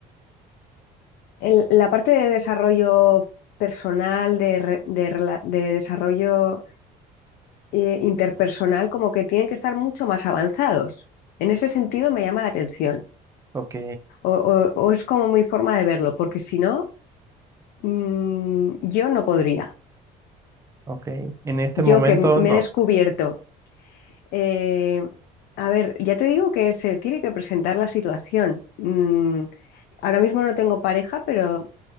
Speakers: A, on the left; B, on the right.
A: el- la parte de desarrollo personal, de, re- de rela- de desarrollo eh, interpersonal, como que tienen que estar mucho más avanzados. En ese sentido me llama la atención.
B: ok,
A: O, o- o es como mi forma de verlo, porque si no, mm, yo no podría.
B: ok. En este
A: Yo
B: momento
A: que m- me
B: no.
A: he descubierto. eh, a ver, ya te digo que se tiene que presentar la situación. Mm, ahora mismo no tengo pareja, pero